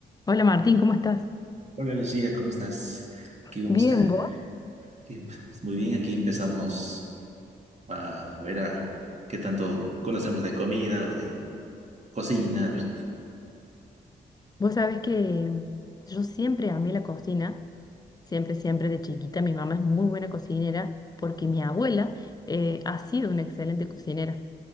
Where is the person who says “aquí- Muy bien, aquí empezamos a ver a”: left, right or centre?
Right